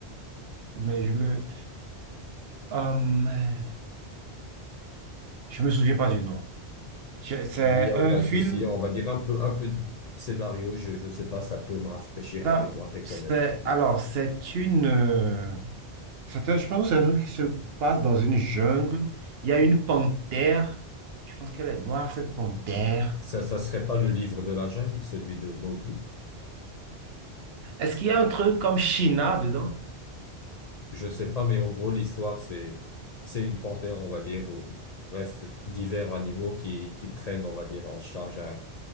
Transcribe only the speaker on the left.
Il y a
aucun
souci. On va dire un peu, un peu de scénario. Je, je sais pas, ça peut me rafraîchir
la mémoire et
connaître le livre.
Ça, ça serait pas le livre de la jungle, celui de Mowgli.
Je sais pas, mais en gros, l'histoire, c'est, c'est une panthère, on va dire, ou, bref, divers animaux qui, qui prennent, on va dire, en charge un,